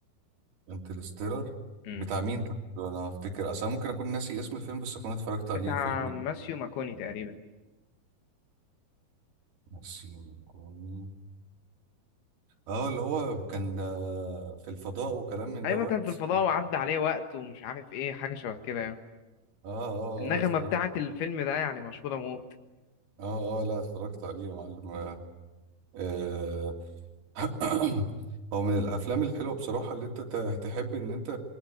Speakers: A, on the right; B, on the left.
A: انترستيلر
B: مم.
A: بتاع مين طب؟ انا هفتكر اصلا ممكن اكون ناسي اسم الفيلم بس اكون اتفرجت عليه
B: بتاع
A: فاهمني
B: ماسيو ماكوني تقريبا
A: ناسي كوني اه اللي هو كان آه، في الفضاء وكلام من
B: ايوه
A: دوت
B: كان في الفضاء وعدى عليه وقت ومش عارف ايه حاجه شبه كده يعني.
A: اه اه
B: النغمة
A: اه اتفرجت
B: بتاعت الفيلم ده يعني مشهورة موت
A: اه اه لا اتفرجت عليه يا معلم آه آه، <clears throat> هو من الافلام الحلوه بصراحه اللي انت ت- تحب ان انت